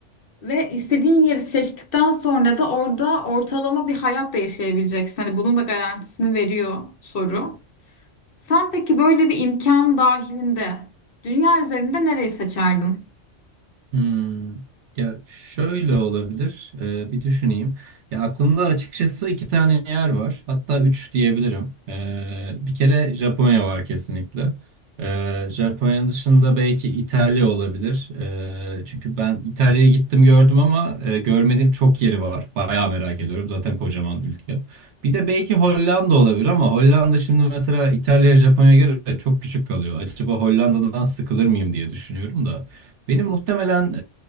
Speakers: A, on the left; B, on the right.
A: Ve istediğin yeri seçtikten sonra da orada ortalama bir hayat da yaşayabileceksin. Hani bunun da garantisini veriyor soru. Sen peki böyle bir imkan dahilinde dünya üzerinde nereyi seçerdin?
B: Hmm. Ya şöyle olabilir. Ee, bir düşüneyim. Ya aklımda açıkçası iki tane yer var. Hatta üç diyebilirim. Ee, bir kere Japonya var kesinlikle. Ee, Japonya dışında belki İtalya olabilir. Ee, çünkü ben İtalya'ya gittim gördüm ama e, görmediğim çok yeri var. Bayağı merak ediyorum. Zaten kocaman ülke. Bir de belki Hollanda olabilir ama Hollanda şimdi mesela İtalya'ya Japonya'ya göre çok küçük kalıyor. Acaba Hollanda'dan sıkılır mıyım diye düşünüyorum da. Benim muhtemelen